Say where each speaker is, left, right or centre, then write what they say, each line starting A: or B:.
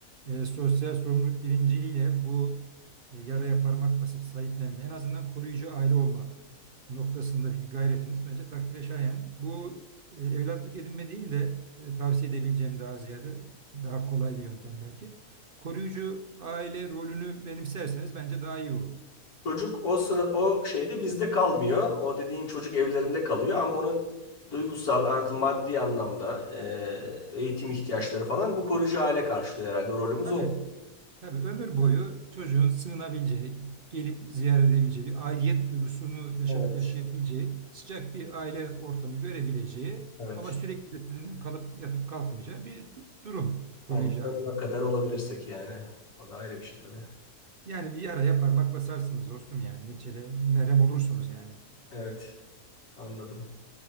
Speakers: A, on the right; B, on the left.
A: e, sosyal sorumluluk bilinciyle bu e, yaraya parmak basıp sahiplenme, en azından koruyucu aile olma noktasındaki gayretiniz bence takdire şayan. Bu e, evlatlık edinme değil de e, tavsiye edebileceğim daha ziyade daha kolay bir yöntem belki. Koruyucu aile rolünü benimserseniz bence daha iyi olur.
B: Çocuk o sıra o şeyde bizde kalmıyor. O dediğin çocuk evlerinde kalıyor ama onun duygusal artı maddi anlamda e, eğitim ihtiyaçları falan bu koruyucu aile karşılıyor herhalde. Rolümüz
A: Tabii,
B: o.
A: tabii ömür boyu çocuğun sığınabileceği, gelip ziyaret edebileceği, bir aidiyet duygusunu yaşa-
B: Evet.
A: yaşayabileceği, sıcak bir aile ortamı görebileceği
B: Evet.
A: ama sürekli de sizinle kalıp yatıp kalkmayacağı bir du- durum koruyucu
B: Ondan
A: aile.
B: ne kadar olabilirsek yani. O da ayrı bir şey tabii.
A: Yani bir yaraya parmak basarsınız dostum yani. Neçede merhem olursunuz yani.
B: Evet. Anladım.